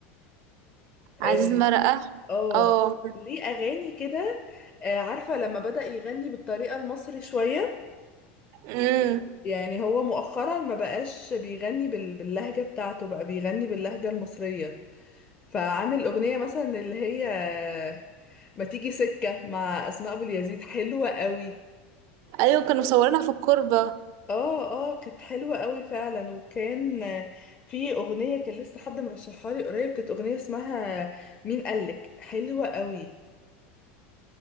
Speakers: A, on the right (about 50°); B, on the left (about 20°).
A: عزيز
B: آه،
A: مرقة
B: اه
A: اه
B: ليه اغاني كده آه، عارفه لما بدأ يغني بالطريقه المصري شويه
A: امم
B: يعني هو مؤخرا ما بقاش بيغني بال- باللهجه بتاعته بقى بيغني باللهجه المصريه فعامل اغنيه مثلا اللي هي آه، ما تيجي سكه مع اسماء ابو اليزيد حلوه قوي
A: ايوه كانوا مصورينها في الكوربة
B: اه اه كانت حلوه قوي فعلا وكان آه، في اغنيه كان لسه حد مرشحها لي قريب كانت اغنيه اسمها مين قالك حلوه قوي